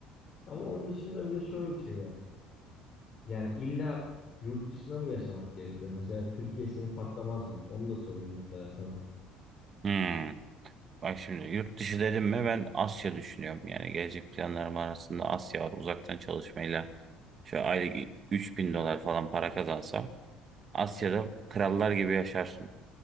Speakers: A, on the left; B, on the right.
A: Ama onun dışında bir de şöyle bir şey var. Yani illa yurt dışında mı yaşamak gerekiyor? Mesela Türkiye seni paklamaz mı? Onu da sorayım mesela sana.
B: Hmm. Bak şimdi yurt dışı dedim mi ben Asya düşünüyorum. Yani gelecek planlarım arasında Asya var. Uzaktan çalışmayla şöyle aylık 3000 dolar falan para kazansam Asya'da krallar gibi yaşarsın.